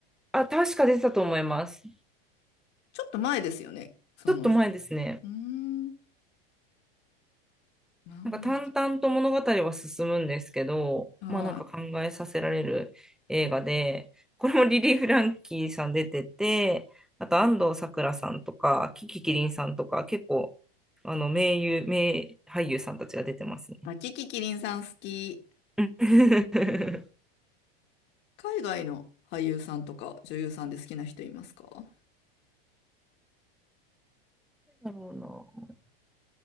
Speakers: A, in the centre; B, on the left.
A: あ、確か出てたと思います。
B: ちょっと前ですよね、その絵。
A: ちょっと前ですね。
B: うーん、万匹。
A: なんか淡々と物語は進むんですけど、
B: はい。
A: まあなんか考えさせられる映画で、これもリリー・フランキーさん出てて、あと安藤サクラさんとか、キキキリンさんとか、結構、あの、名優、名俳優さんたちが出てますね。
B: あ、キキキリンさん好き。
A: <laughs>
B: 海外の俳優さんとか女優さんで好きな人いますか
A: なんだろうな。